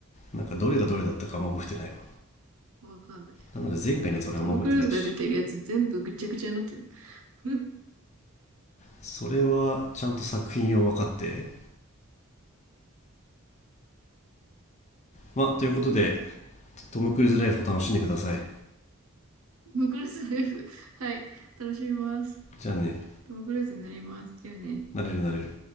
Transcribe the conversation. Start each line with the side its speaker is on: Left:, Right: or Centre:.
Left: なんかどれがどれだったかあんま覚えてないわ。
Right: うん。わかん
Left: なので前回ね、
Right: ない。
Left: それあんま覚えてないし。
Right: トム・クルーズが出てるやつ全部ぐっちゃぐちゃになってる。<laughs> うん
Left: それはちゃんと作品を分かって。まあ、ということで、
Right: そう
Left: トム・クルーズライフを楽しんでください。
Right: トム・クルーズの F。はい。楽しみます。
Left: じゃあね、
Right: トム・クルーズになります。じゃあね。
Left: なれるなれる。